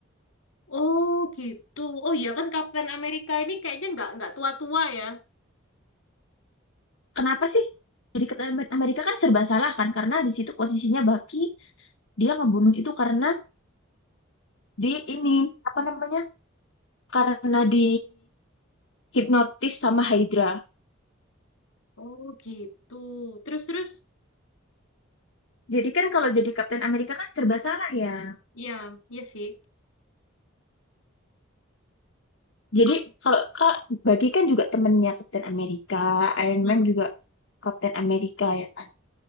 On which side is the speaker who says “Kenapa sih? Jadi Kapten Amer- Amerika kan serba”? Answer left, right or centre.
Left